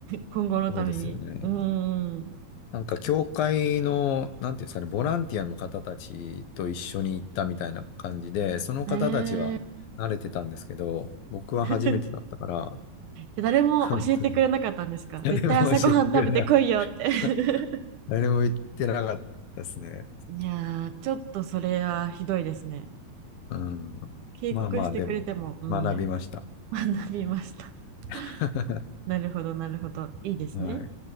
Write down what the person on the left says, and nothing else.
そうですよね。
なんか、教会の、なんていうんですかね、ボランティアの方たちと一緒に行ったみたいな感じで、その方たちは慣れてたんですけど、
僕は初めてだったから、
本当に <laughs>、誰も教えてくれない。
<laughs> 誰も言ってなかったですね。
うん。
まあまあ、でも、
学びました。
<laughs>
はい。